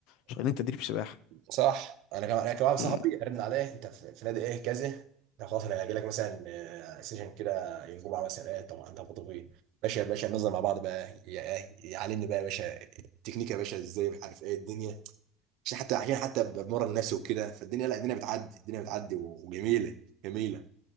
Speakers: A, on the left; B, on the right.
A: شغالين تدريب سباحة
B: صح انا كمان انا كمان صاحبي
A: مم.
B: رن عليه انت في في نادي ايه كذا ده خلاص انا هاجي لك مثلا آه، سيشن كده يوم الجمعه مثلا ايه طب انت فاضي فيه باشا يا باشا ننزل مع بعض بقى يا- إيه، يعلمني بقى يا باشا التكنيك يا باشا ازاي مش عارف ايه الدنيا عشان حتى عشان حتى بمرن نفسي وكده فالدنيا لا الدنيا بتعدي الدنيا بتعدي و- وجميله جميله